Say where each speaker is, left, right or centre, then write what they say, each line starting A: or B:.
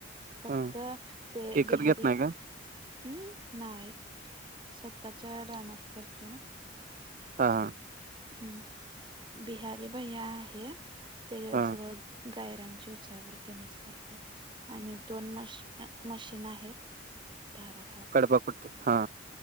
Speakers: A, on the right; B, on the right.
A: फक्त
B: ह
A: ते
B: एकत
A: बिहारी,
B: घेत नाही का
A: हम् नाही स्वतःच्या रानात करतो ना.
B: हा
A: हम् बिहारी भैया आहे ते
B: हा
A: सगळं गायरांची उचावरृतीनच करतात आणि दोन मशी मशीन आहेत. धारा,
B: कडबा फुटी हा.